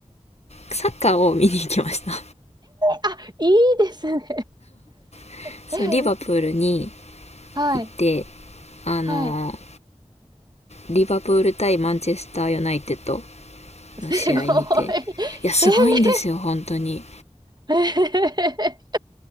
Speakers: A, on the left (about 60°); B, on the right (about 35°).
A: サッカーを見に行きました。
B: あ、いいですね。
A: <laughs>
B: <laughs>
A: そう、リバプールに
B: はい、
A: 行って、あの、
B: はい。
A: リバプール対マンチェスターユナイテッド
B: すごい。
A: の試合見てい
B: <laughs>
A: やすごいんですよ本当に
B: えー、え